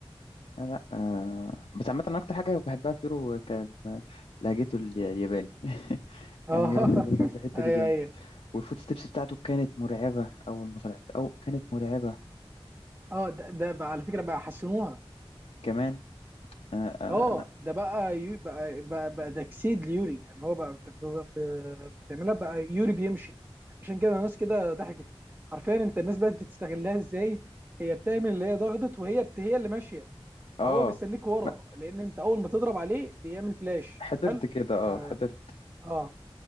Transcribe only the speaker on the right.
اه
<laughs>
ايوه
ايوه
اه ده, ده بقى على فكره بقى حسنوها
اه
ده بقى يو بقى بقى, بقى تجسيد ليوري يعني هو بقى بت- ب- بتعملها بقى يوري بيمشي عشان كده الناس كده ضحكت حرفيا انت الناس بقت بتستغلها ازاي هي بتعمل اللي هي ضغطت وهي بت... هي اللي ماشيه فهو
مستنيك ورا
لان انت اول ما تضرب عليه بيعمل فلاش
حلو
اه
آه.